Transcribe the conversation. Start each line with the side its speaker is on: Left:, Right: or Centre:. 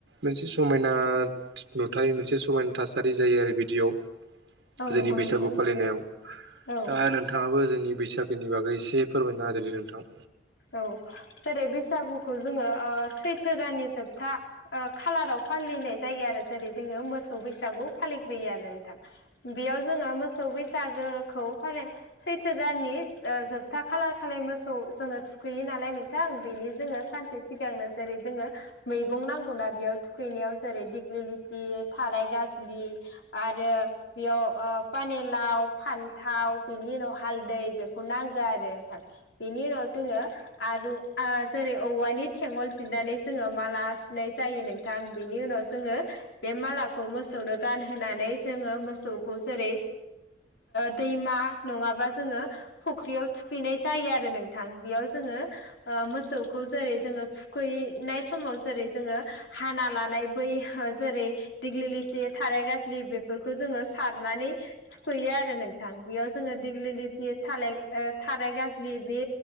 Right: मोनसे समायना नुथाय मोनसे समायना थासारि जायो आरो बिदियाव जोंनि
Left: नंगौ नोंथां
Right: बैसागु फालिनायाव
Left: औ
Right: दा नोंथाङाबो जोंनि बैसागोनि बागै एसे फोरमायना होदोदे नोंथां
Left: औ जेरै बैसागुखौ जोंङो ओह सैथो दाननि जोबथा ओह खालाराव फालिनाय जायो आरो जेरै जोङो मोसौ बैसागु फालिग्रोयो आरो नोंथां बेयाव जोङो मोसौ बैसागोखौ फालि सैथो दाननि जोबथा खालार खालि मोसौ जोंङो थुखैयो नालाय नोंथां बेनि जोंङो सानसे सिगांनो जेरै जोंङो मैगं नांगौनाा बेयाव थुखैनायाव जेरै दिग्लि लिथि थाराय गाज्लि आरो बेयाव पानिलाव फान्थाव बिनि उनाव हालदै बेखौ नांगो आरो नोंथां बिनि उनाव जोंङो आरो जेरै औवानि थेंगल जिरनानै जोंङो माला सुनाय जायो नों थां बिनि उनाव जोंङो बे मालाखौ मोसौनो गानहोनानै जोंङो मोसौखौ जेरै दैमा नङाबा जोंङो फख्रियाव थुखैनाय जायो आरो नों थान बेयाव जोङो मोसौखौ जेरै जोंङो थुखैैनाय समाव जेरै जोङो हाना लानाय बै जेरै दिग्लि लिथि थाराय गाज्लि बेफोरखौ जोङो सारनानै थुखैयो आरो नोंथां बेयाव जोङो दिग्लि लिथि थालाय थाराय गाज्लि बे